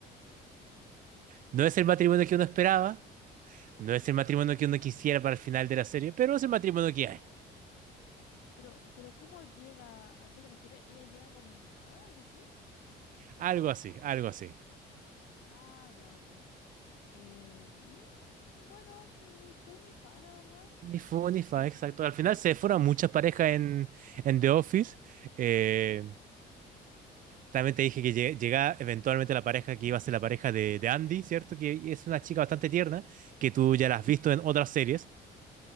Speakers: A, on the right (about 50°); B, on the left (about 85°).
A: No es el matrimonio que uno esperaba, no es el matrimonio que uno quisiera para el final de la serie, pero es el matrimonio que hay.
B: Pero, pero ¿cómo llega? ¿A qué te refieres? ¿Ella llega como invitada, algo así?
A: Algo así, algo así.
B: Ah, ya, ok. Eh, mm, bueno, ni fu ni fa, la verdad.
A: Ni fu ni fa, exacto. Al final se fueron muchas parejas en, en The Office. Eh,
B: Ujú.
A: también te dije que lle- llegaba eventualmente la pareja que iba a ser la pareja de, de Andy, ¿cierto? Que es una chica bastante tierna, que tú ya
B: Oh.
A: la has visto en otras series.